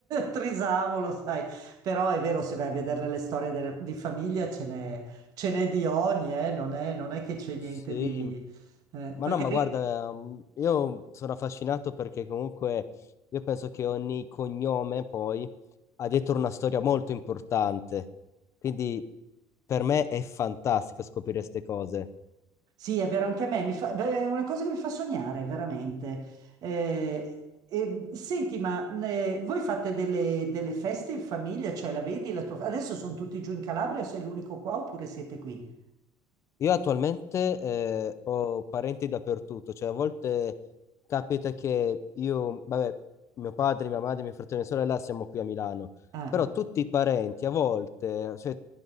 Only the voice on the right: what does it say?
trisavolo, sai. Però è vero, se vai a vedere le storie delle- di famiglia ce n'è Ce n'è di ogni, eh, Non è, non è che c'è niente
di... eh,
magari...
Sì, è vero, anche a me, mi fa- beh, è una cosa che mi fa sognare, veramente. Eh, eh, senti, ma eh, voi fate delle, delle feste in famiglia? Cioè, la vedi la tua... Adesso sono tutti giù in Calabria, sei l'unico qua oppure siete qui?
Ah,